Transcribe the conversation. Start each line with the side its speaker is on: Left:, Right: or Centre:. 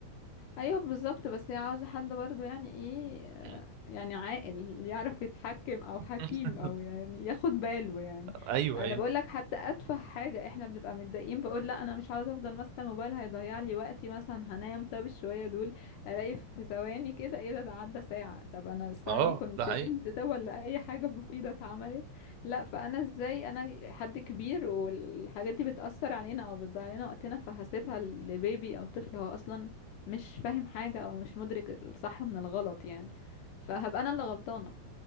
Left: ايوه بالظبط بس هي عاوزة حد برضو يعني ايه آه،
Right: امم
Left: يعني عاقل يعرف يتحكم او حكيم
Right: <laughs>
Left: او يعني ياخد باله يعني
Right: ايوه
Left: انا
Right: ايوه
Left: بقول لك حتى اتفه حاجة احنا بنبقى متضايقين بقول لا انا مش عاوزة افضل ماسكة الموبايل هيضيع لي وقتي مثلا هنام طب الشوية دول الاقي في ثواني كده ايه ده ده عدى ساعة طب انا الساعة
Right: اه
Left: دي كنت
Right: ده حقيقي
Left: نمت ده ولا اي حاجة مفيدة اتعملت لا فانا ازاي انا حد كبير والحاجات دي بتأثر علينا او بتضيع لنا وقتنا فهسيبها لبيبي او طفل هو اصلا مش فاهم حاجة او مش مدرك الصح من الغلط يعني فهبقى انا اللي غلطانة